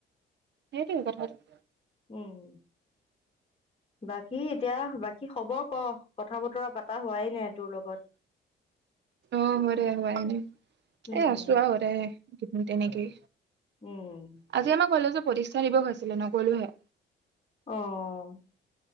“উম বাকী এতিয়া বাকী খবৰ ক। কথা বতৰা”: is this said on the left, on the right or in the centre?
Left